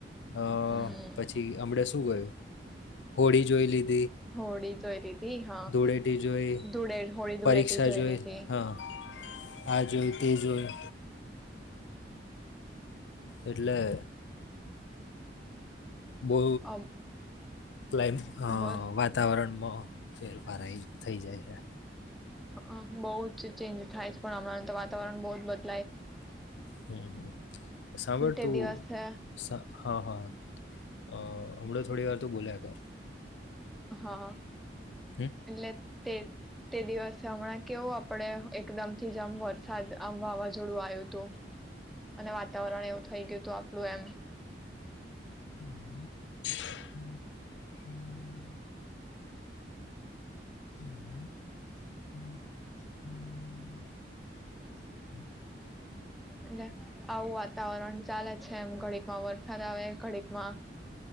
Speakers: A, on the left (about 85°); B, in the centre.
A: અ
B: હમ
A: પછી યો હોળી જોઈ લીધી
B: હોડી તોરી હા
A: ધૂળેટી જોઈ
B: ધૂળે હોળી
A: પરીક્ષા
B: ધૂળેટી જોયેલીધી
A: જોઈ હા આ જોએ તે જોય એટલે બહુ
B: હા
A: કલાય્મ,
B: બોલ
A: વાતાવરણમાં ફેરફાર આઈ જા, થઇ જાય છે.
B: હ હા બહુ જ ચેન્જ થાય પણ હમણાં તો વાતાવરણ બહ જ બદ
A: હમ હમ સાંવળતું
B: તે દિવસે
A: હા હા અ હમણાો થોડી વાર તો બોલ્યા કર
B: હા
A: હમ.
B: એટલે તે તે દિવસે હમણાં કેવું આપણે એકદમ થી જ આમ વરસાદ આમ વાવાઝોડું આવ્યું હતું અને વાતાવરણ એવું થઈ ગયું હતું આપણું એમ
A: <inaudible> હમ હ હ હ હ.
B: એલે આવું વાતાવરણ ચાલે છે એમ ઘડીકમાં વરસાદ આવે ઘડીકમાં